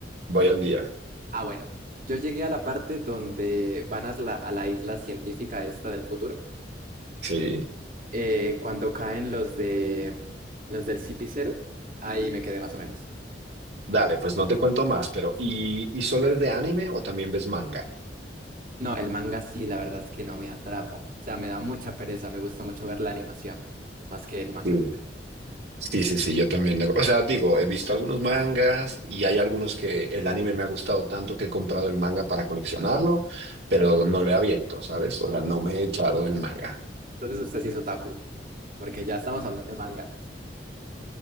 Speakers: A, on the right; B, on the right.
A: Voy al día.
B: Ah, bueno, yo llegué a la parte donde van a la, a la isla científica esta del futuro.
A: Sí.
B: Eh, cuando caen los de los del Cipicero, ahí me quedé más o menos.
A: Dale, pues no te cuento más, pero ¿y, y solo eres de anime o también ves manga?
B: No, el manga sí, la verdad es que no me atrapa. O sea, me da mucha pereza, me gusta mucho ver la animación, más que el manga.
A: Sí. Sí, sí, sí, yo también. O sea, digo, he visto algunos mangas y hay algunos que el anime me ha gustado tanto que he comprado el manga para coleccionarlo, pero no lo he abierto, ¿sabes? O sea, no me he echado el manga.
B: Entonces usted sí es otaku, porque ya estamos hablando de manga.